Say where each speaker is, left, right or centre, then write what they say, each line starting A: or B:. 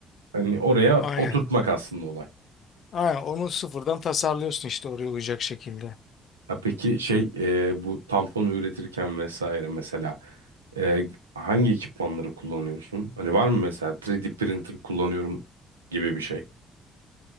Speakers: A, on the right; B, on the left.
A: hani oraya
B: Aynen.
A: oturtmak aslında olay.
B: Aynen. Onu sıfırdan tasarlıyorsun işte oraya uyacak şekilde.
A: Ha peki şey e, bu tamponu üretirken vesaire mesela e, hangi ekipmanları kullanıyorsun? Hani var mı mesela 3D printer kullanıyorum gibi bir şey.